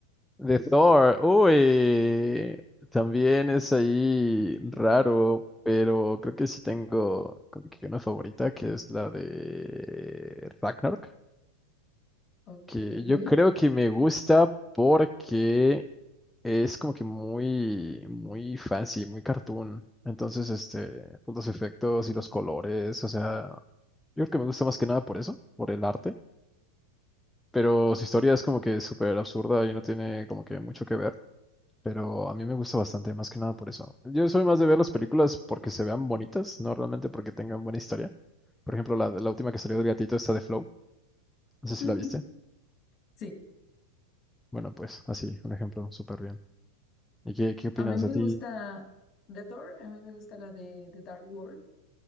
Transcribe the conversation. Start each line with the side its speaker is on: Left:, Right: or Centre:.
Centre: De Thor, uy, también es ahí raro, pero creo que sí tengo como que una favorita que es la de Ragnarok.
Left: Ok,
Centre: que
Left: ok.
Centre: yo creo que me gusta porque es como que muy, muy fancy, muy cartoon. Entonces, este, pues, los efectos y los colores, o sea, yo creo que me gusta más que nada por eso, por el arte. Pero su historia es como que súper absurda y no tiene como que mucho que ver. Pero a mí me gusta bastante, más que nada por eso. Yo soy más de ver las películas porque se vean bonitas, no realmente porque tengan buena historia. Por ejemplo, la, la última que salió del gatito, esta de Flow. No sé si
Left: <laughs>
Centre: la viste.
Left: Sí,
Centre: Bueno, pues así, un ejemplo súper bien. ¿Y qué, qué opinas
Left: a mí me
Centre: a ti?
Left: gusta de Thor, a mí me gusta la de, de Dark World.